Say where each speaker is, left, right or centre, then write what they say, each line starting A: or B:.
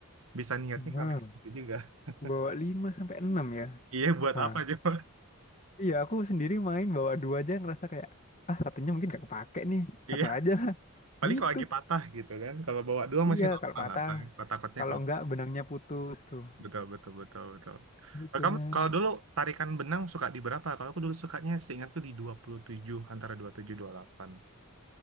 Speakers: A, on the right (about 65°); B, on the left (about 35°).
A: Bisa niatnya
B: Wow.
A: sampai kayak gitu juga. <laughs>
B: Bawa 5 sampai 6 ya.
A: Iya, buat
B: Wah,
A: apa coba?
B: iya aku sendiri main bawa dua aja ngerasa kayak ah satunya mungkin gak kepake nih.
A: <laughs> Iya,
B: Satu aja lah. <laughs>
A: paling
B: Gitu.
A: kalau lagi patah gitu kan. Kalau bawa dua
B: Iya,
A: masih normal
B: kalau patah,
A: lah, paling kotak-kotaknya
B: kalau
A: kalau
B: enggak benangnya putus tuh.
A: Betul, betul, betul, betul.
B: Gitu
A: Eh, Kamu
B: kan.
A: kalau dulu tarikan benang suka di berapa? Kalau aku dulu sukanya seingatku di dua puluh tujuh antara dua dua puluh tujuh dua puluh delapan